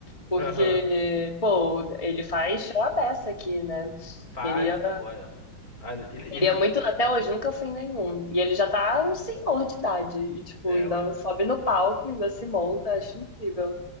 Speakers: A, on the left; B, on the left.
A: Porque,
B: Aham.
A: pô, ele faz show à beça aqui, né?
B: Faz,
A: Queria.
B: pô. é. Ah, Ele,
A: Queria
B: ele.
A: muito, até hoje nunca fui em nenhum. E ele já tá um senhor de idade. E, tipo,
B: É,
A: ainda
B: o-
A: sobe no palco, ainda se monta.
B: o-
A: Acho incrível.